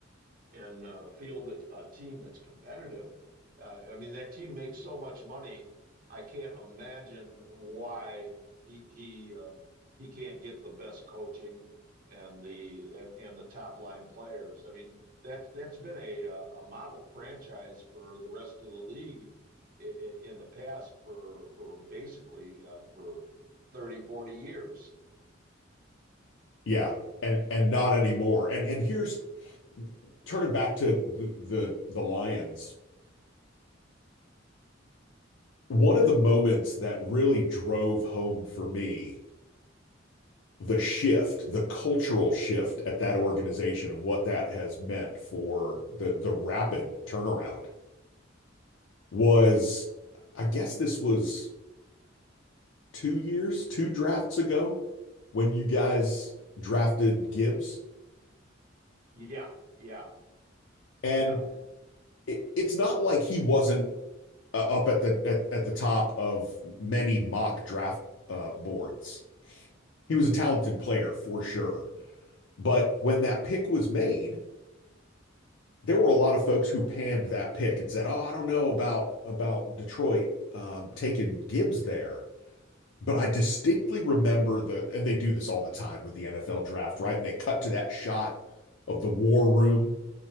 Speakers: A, on the right (about 45°); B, on the left (about 65°).
A: and uh, field a, a team that's competitive. Uh, I mean, that team makes so much money. I can't imagine why he he uh, he can't get the best coaching and the and, and the top line players. I mean, that that's been a uh, a model franchise for the rest of the league in the past for for basically uh, for thirty forty years.
B: Yeah, and and not anymore. And and here's turning back to the the, the Lions One of the moments that really drove home for me the shift, the cultural shift at that organization and what that has meant for the the rapid turnaround was I guess this was two years, two drafts ago when you guys drafted Gibbs.
A: Yeah, yeah,
B: And
A: yeah.
B: it, it's not like he wasn't uh, up at the at, at the top of many mock draft uh, boards. He was a talented player for sure. But when that pick was made, there were a lot of folks who panned that pick and said, "Oh, I don't know about about Detroit um, taking Gibbs there." But I distinctly remember the, and they do this all the time with the NFL draft, right? And they cut to that shot of the war room.